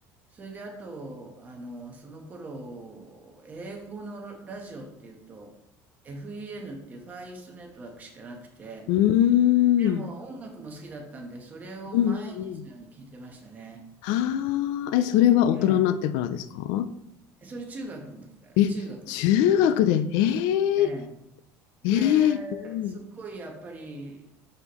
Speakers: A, on the right; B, on the left.
A: それであと、あの、その頃、英語のララジオっていうと、FEN っていうファーイーストネットワークしかなくて、
B: うーん。
A: でも音楽も好きだったんで、それを毎日のように聞いてましたね。
B: うんうんうん。ああ、え、それは大人になってからですか
A: ええ。それ中学の時から、
B: え、
A: 中学の時ですね。
B: 中学で、え
A: ええ。
B: えええうん
A: で、すっごいやっぱり、